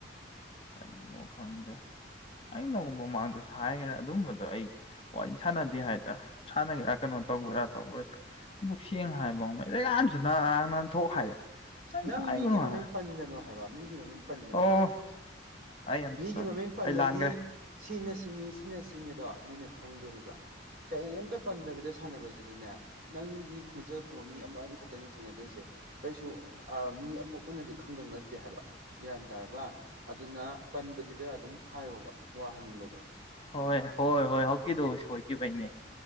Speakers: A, on the left; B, on the right.
A: ꯀꯔꯤꯅꯣ ꯈꯡꯗꯦ ꯑꯩ ꯅꯣꯡ ꯃꯃꯥꯡꯗꯁꯨ ꯍꯥꯏꯒꯦꯔꯥ ꯑꯗꯨꯝꯕꯗꯣ ꯑꯩ ꯋꯥꯔꯤ ꯁꯥꯟꯅꯗꯦ ꯍꯥꯏꯗ ꯁꯥꯟꯅꯒꯦꯔꯥ ꯀꯩꯅꯣ ꯇꯧꯒꯣꯏꯔꯥ ꯇꯧꯒꯣꯏꯗ꯭ꯔꯥ ꯑꯗꯨꯛ ꯁꯦꯡꯅ ꯍꯥꯏꯕ ꯌꯥꯝꯥꯟꯁꯨꯅ ꯉꯔꯥꯡ ꯅꯍꯥꯟ ꯊꯣꯛ ꯍꯥꯏꯔꯦ ꯅꯪ
B: ꯅꯡ
A: ꯍꯥꯏꯒꯅꯨ
B: ꯃꯤꯒꯤ ꯃꯃꯤꯡ
A: ꯍꯥꯏ
B: ꯄꯟꯒꯅꯨ ꯍꯥꯏꯕ ꯃꯤꯒꯤ ꯃꯃꯤꯡ ꯄꯟꯒꯅꯨ
A: ꯑꯣ
B: ꯍꯥꯏꯕ
A: ꯑꯩ ꯑꯦꯝ
B: ꯃꯤꯒꯤ
A: ꯁꯣꯔꯤ
B: ꯃꯃꯤꯡ ꯄꯜꯂꯗꯤ
A: ꯑꯩ ꯂꯥꯟꯈ꯭ꯔꯦ
B: ꯁꯤꯅ ꯁꯤꯅꯤ ꯁꯤꯅ ꯁꯤꯅꯤ ꯑꯗꯣ ꯃꯤꯅ ꯈꯡꯗꯣꯔꯤꯕ ꯀꯩꯝꯇ ꯄꯟꯗꯕꯤꯗ ꯁꯥꯟꯅꯕꯁꯤꯗꯅꯦ ꯅꯡꯒꯤ ꯈꯡꯟꯖꯦꯜ ꯈꯡꯕ ꯃꯤ ꯑꯃ ꯑꯅꯤ ꯈꯛꯇꯅꯤ ꯊꯦꯡꯅꯗꯣꯏꯁꯦ ꯀꯩꯁꯨ ꯃꯤ ꯑꯄꯣꯄꯅꯗꯤ ꯈꯡꯗꯧ ꯅꯠꯇꯦ ꯍꯥꯏꯕ ꯒ꯭ꯌꯥꯟ ꯇꯥꯔꯕ ꯑꯗꯨꯅ ꯄꯟꯗꯕꯤꯗ ꯑꯗꯨꯝ ꯍꯥꯏꯌꯣꯕ ꯋꯥ ꯍꯥꯏꯅꯤꯡꯕꯗꯣ
A: ꯍꯣꯏ ꯍꯣꯏ ꯍꯣꯏ ꯍꯀꯤꯗꯣ ꯍꯣꯏ ꯅꯦ <unintelligible>